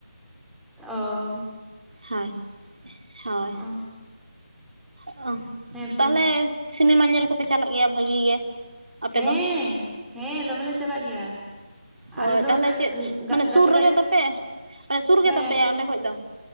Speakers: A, in the centre; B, on the right.
A: ᱚᱻ
B: ᱦᱳᱭ ᱦᱳᱭ
A: ᱚ
B: ᱚᱦ
A: ᱦᱮᱸᱛᱚ
B: ᱛᱟᱦᱞᱮ ᱥᱤᱱᱮᱢᱟ ᱧᱮᱞ ᱠᱚᱯᱮ ᱪᱟᱞᱟᱜ ᱜᱮᱭᱟ ᱵᱷᱟᱹᱜᱤ ᱜᱮ? ᱟᱯᱮ
A: ᱦᱮᱸ
B: ᱫᱚ
A: ᱦᱮᱸ ᱫᱚᱢᱮᱞᱮ ᱪᱟᱞᱟᱜ ᱜᱮᱭᱟ᱾
B: ᱦᱳᱭ
A: ᱟᱞᱮ ᱫᱚ
B: ᱛᱟᱦᱚᱞᱮ ᱪᱮᱫ
A: ᱜᱟᱜ
B: ᱢᱟᱱᱮ ᱥᱩᱨ
A: ᱜᱟᱛᱮ
B: ᱨᱮᱜᱮ
A: ᱜᱟᱛᱮ
B: ᱛᱟᱯᱮ ᱢᱟᱱᱮ ᱥᱩᱨ ᱜᱮ
A: ᱦᱮᱸ
B: ᱛᱟᱯᱮᱭᱟ ᱚᱸᱰᱮ ᱠᱷᱚᱡ ᱫᱚ